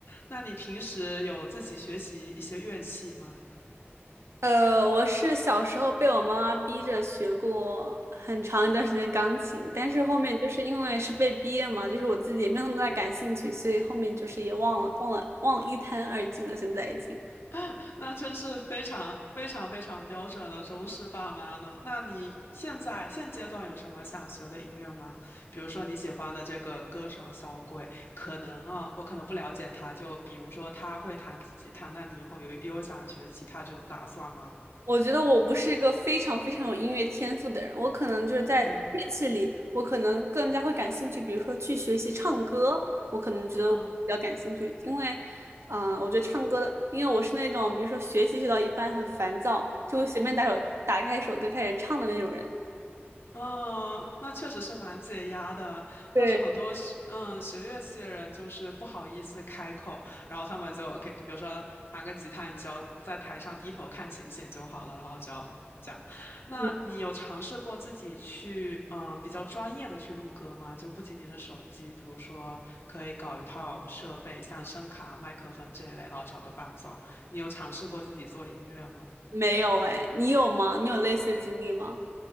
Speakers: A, on the left; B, on the right.
A: 那你平时有自己学习一些乐器吗？
B: 呃，我是小时候被我妈妈逼着学过很长一段时间钢琴，但是后面就是因为是被逼的嘛，就是我自己也没有那么大感兴趣，所以后面就是也忘了，忘了，忘了一干二净了，现在已经。
A: <laughs> 那真是非常非常非常标准的中式爸妈呢。那你现在现阶段有什么想学的音乐吗？比如说你喜欢的这个歌手小鬼，可能啊，我可能不了解他，就比如说他会弹吉他，那你以后有有想学吉他这种打算吗？
B: 我觉得我不是一个非常非常有音乐天赋的人，我可能就是在乐器里，
A: 嗯
B: 我可能更加会感兴趣，比如说去学习唱歌，我可能觉得我比较感兴趣，
A: 嗯
B: 因为，嗯、我觉得唱歌的，因为我是那种比如说学习学到一半很烦躁，就会随便打首打开一首歌开始唱的那种人。
A: 嗯，那确实是蛮解压的，
B: 对，
A: 但是很多学嗯学乐器的人就是不好意思开口，然后他们就可以，比如说弹个吉他，你只要在台上低头看琴弦就好了，然后只要讲。那你有尝试过自己去嗯比较专业的去录歌吗？
B: 嗯
A: 就不仅仅是手机，比如说可以搞一套设备，像声卡、麦克风这一类，然后找个伴奏。你有尝试过自己做音乐吗？
B: 没有哎，你有吗？你有类似的经历吗？